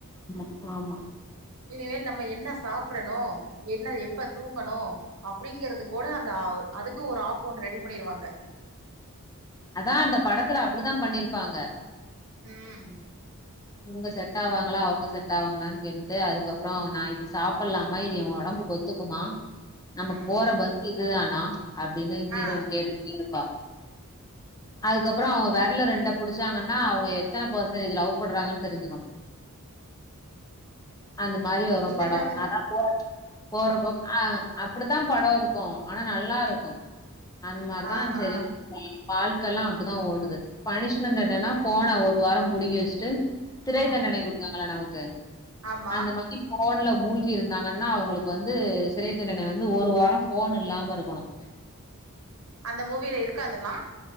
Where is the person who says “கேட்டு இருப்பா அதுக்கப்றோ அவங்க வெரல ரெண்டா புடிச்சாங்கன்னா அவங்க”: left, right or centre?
Left